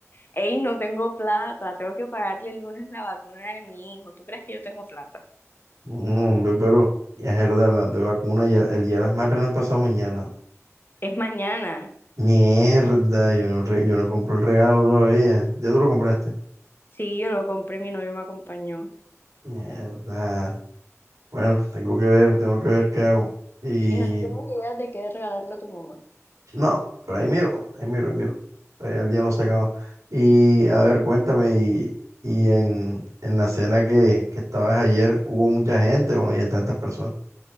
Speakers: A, on the left; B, on the right.
A: Ey, no tengo plata, tengo que pagarle el lunes la vacuna de mi hijo. ¿Tú crees que yo tengo plata?
B: No, hombre, pero ya Gerda, hablando de vacuna, ya, el día de las madres no es pasado mañana.
A: Es mañana.
B: Mierda, yo no, re- yo no compré el regalo todavía. ¿Ya tú lo compraste?
A: Sí, yo lo compré, mi novio me acompañó.
B: Mierda. Bueno, tengo que ver, tengo que ver qué hago. Y
A: ¿Y no tienes idea de qué regalarle a tu mamá?
B: no, pero ahí miro, ahí miro, ahí miro. Todavía el día no se ha acabado. Y a ver, cuéntame, y, y en, en la cena que, que estabas ayer, ¿hubo mucha gente o no había tantas personas?